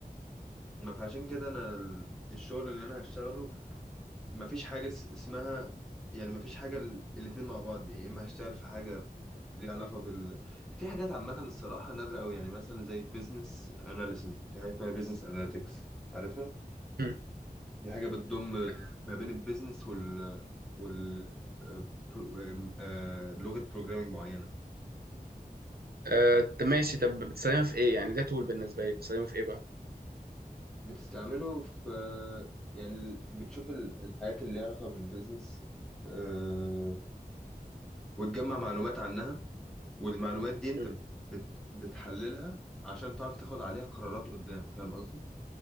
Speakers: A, in the centre; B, on the right.
A: ما فعشان كده انا ال- الشغل اللي انا هشتغله ما فيش حاجة اس- اسمها يعني ما فيش حاجة ال- الاتنين مع بعض يا اما هشتغل في حاجة ليها علاقة بال في حاجات عامة الصراحة نادرة قوي يعني مثلا زي بيزنس اناليسز في حاجة اسمها بيزنس اناليتكس عارفها
B: بالظبط
A: دي حاجة بتضم ما بين البيزنس وال وال آه، برو- آه، آه، لغة بروجرامينج معينة
B: آه، طب ماشي طب بتستخدمها في ايه يعني ده تول بالنسبه لي بتستخدمه في ايه بقى
A: بتستعمله في يعني ال- بتشوف ال- الحاجات اللي ليها علاقة بالبيزنس آه، وتجمع معلومات عنها والمعلومات دي انت
B: مم.
A: بت بتحللها عشان تعرف تاخد عليها قرارات قدام فاهم قصدي؟